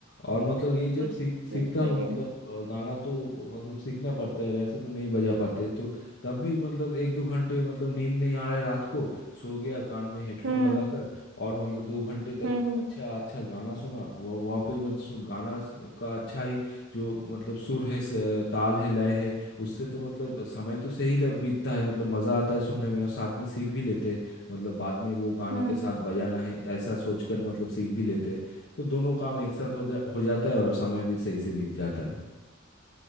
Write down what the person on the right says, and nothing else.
गुड
गुड
सही
है
हम्म
हम्म हम्म
हम्म